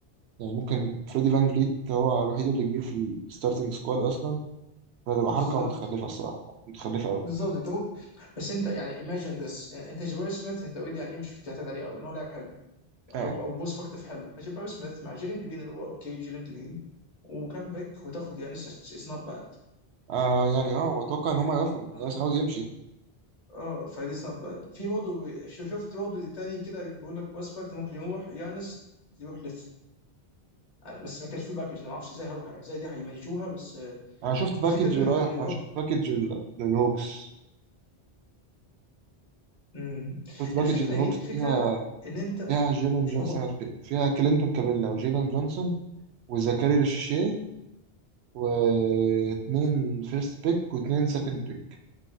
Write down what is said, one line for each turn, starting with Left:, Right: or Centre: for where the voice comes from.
Right: يعني ممكن فريدي فان فليت هو الوحيد اللي كبير في الستارتنج سكواد اصلا فهتبقى
Left: بالظبط
Right: حركه متخلفه الصراحه متخلفه قوي
Left: بالظبط انت ممكن بس انت يعني imagine this انت جباري سميث انت اوريدي يعني ايه مش بتعتمد عليه قوي ان هو لاعب حلو
Right: اه
Left: او او برسبكتيف حلو فجباري سميث مع جيلين جرين اللي هو اوكي جيلين جرين وكان باك وتاخد يانس اتس نوت باد
Right: آه يعني اه واتوقع ان هم يوافقوا لان
Left: اه
Right: الناس عاوز يمشي
Left: اه فدي اتس نوت باد في برضه شو- شفت برضه تاني كده بيقول لك بروسبكت ممكن يروح يانس يروح أنا- بس ما كانش في باكج انا ما اعرفش ازاي هو- ازاي دي هيمانجوها بس آه،
Right: انا شفت باكج
Left: الفكره ان
Right: رايح
Left: ان الروك
Right: انا شفت باكج ال- للهوكس
Left: مم.
Right: شفت باكج
Left: الفكره
Right: للهوكس
Left: ايه الفكره
Right: فيها
Left: ان انت
Right: فيها جيلان جونسون
Left: هو
Right: فيها كلينتون كابيلا وجيلان جونسون وزكاري ريشيشي واتنين فيرست بيك واتنين سكند بيك